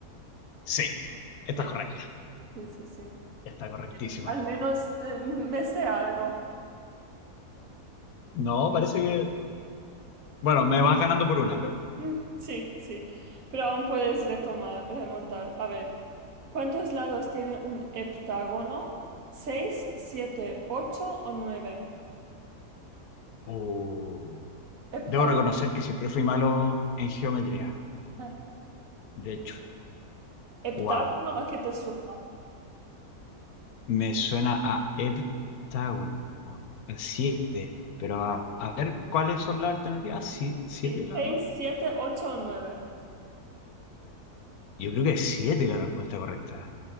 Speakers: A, on the left (about 75°); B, on the right (about 65°).
A: Sí, está
B: Sí,
A: correcta,
B: sí, sí, sí.
A: está correctísima.
B: Al menos eh, me sé algo.
A: No, parece que... Bueno, me vas ganando por una, creo.
B: Mm, sí, sí. Pero aún puedes retomar, remontar. A ver, ¿cuántos lados tiene un heptágono? ¿Seis, siete, ocho o nueve?
A: Uh,
B: Heptágono.
A: debo reconocer que siempre fui malo en geometría.
B: <laughs>
A: De hecho,
B: ¿Heptágono
A: wow.
B: a qué te suena?
A: Me suena a heptágono, a siete. Pero a, a ver, ¿cuáles son las alternativas? ¿Sie- ¿Siete
B: Sí,
A: grados?
B: seis, siete, ocho o nueve.
A: Yo creo que es siete la respuesta correcta.